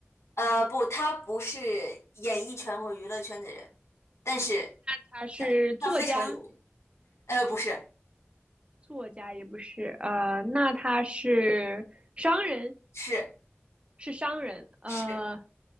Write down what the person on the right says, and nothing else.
他是作家？
作家也不是，呃，那他是商人，
是商人，呃，